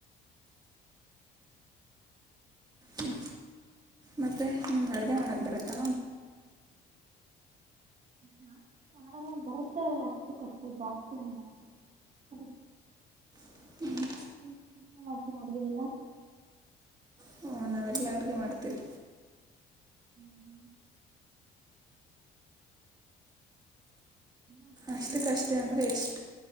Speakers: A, on the right; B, on the right.
A: ಹ್ಮ್ ಮತ್ತೆ ನಿಮ್ಗ ಅಡ್ಗೆ ಮಾಡಕ್ ಬರತ್ತಾ
B: ಜಾಸ್ತಿ ಮಾಡಲ್ಲ ಬರುತ್ತೆ ಅದ್ರ್ ಅಷ್ಟಕ್ಕಷ್ಟೆ ಜಾಸ್ತಿ ಏನ್ ಬರಲ್ಲ ಅದ
A: ಹ್ಮ್
B: ಹ್ಮ ನೀವು ಮಾಡ್ತೀರಾ ಅಡ್ಗೆ ಎಲ್ಲ
A: ಹ್ಮ್ಮ್ ನಾವೆಲ್ಲ ಅಡುಗೆ ಮಾಡ್ತೀವಿ
B: ಹ್ಮ್ ಹ್ಮ್ ಮತ್ತ
A: ಅಷ್ಟಕ್ಕಷ್ಟೇ
B: ಏನ್ ಸಮಾಚಾರ
A: ಅಂದರೆ ಎಷ್ಟು